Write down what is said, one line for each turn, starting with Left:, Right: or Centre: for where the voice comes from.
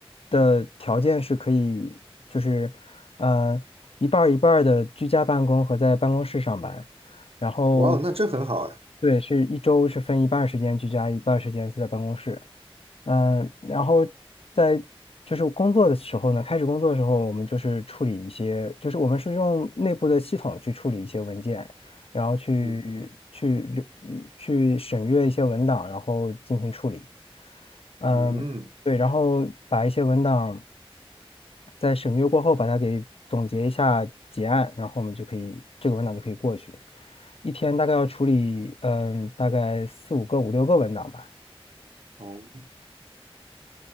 Left: 的条件是可以，就是，呃，一半儿一半儿的居家办公和在办公室上班，然后
Right: 哇哦，那这很好哎。
Left: 对，是一周是分一半儿时间居家，一半儿时间是在办公室。嗯，然后在就是工作的时候呢，开始工作的时候，我们就是处理一些，就是我们是用内部的系统去处理一些文件，然后去去留
Right: 嗯
Left: 去审阅一些文档，然后进行处理。嗯，
Right: 嗯，
Left: 对，然后把一些文档在审阅过后，把它给总结一下结案，然后我们就可以这个文档就可以过去。一天大概要处理，嗯，大概四五个、五六个文档吧。
Right: 哦，